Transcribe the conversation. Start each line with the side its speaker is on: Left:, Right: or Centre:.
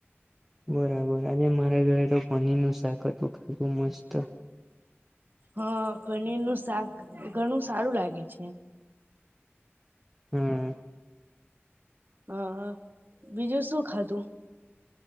Centre: બરાબર આજે મારા ઘરે તો પનીરનું શાક હતું. ખુંબ મસ્ત
Right: હ પનીરનું શાક ઘણું સારું લાગે છે.
Centre: હમ
Right: હ બીજું શું ખાધું